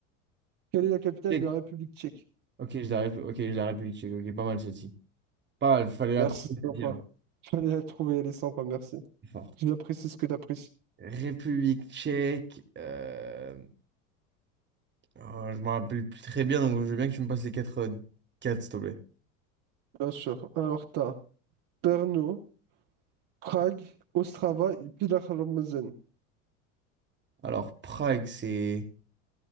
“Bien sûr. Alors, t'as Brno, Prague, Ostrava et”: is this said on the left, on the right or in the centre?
Right